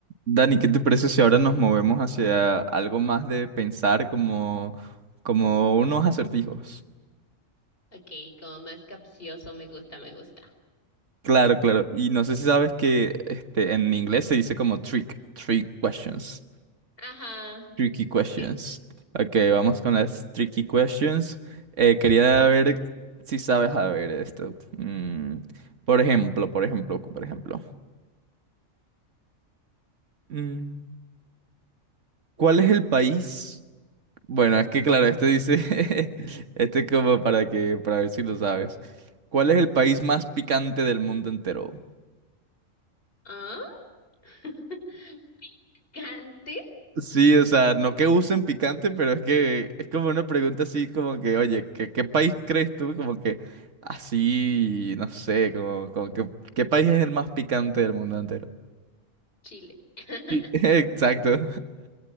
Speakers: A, on the right (about 65°); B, on the left (about 45°).
A: Dani, ¿qué te parece si ahora nos movemos hacia algo más de pensar como, como unos acertijos?
B: Ok, como más capcioso, me gusta, me gusta.
A: Claro, claro. Y no sé si sabes que este, en inglés se dice como trick, trick questions,
B: Ajá.
A: tricky questions.
B: Sí.
A: Ok, vamos con las tricky questions. Eh, quería
B: <laughs>
A: ver si sabes, a ver, esto. Mm, por ejemplo, por ejemplo, por ejemplo. Mm, ¿cuál es el país? Bueno, es que claro, este dice, <laughs> este como para que, para ver si lo sabes. ¿Cuál es el país más picante del mundo entero?
B: ¿Ah? <laughs> Cante
A: Sí, o sea, no que usen picante, pero es que es como una pregunta así como que, oye, ¿qué, qué país crees tú? Como que así, no sé, como, como que, ¿qué país es el más picante del mundo entero?
B: Chile. <laughs>
A: Sí. <laughs> Exacto.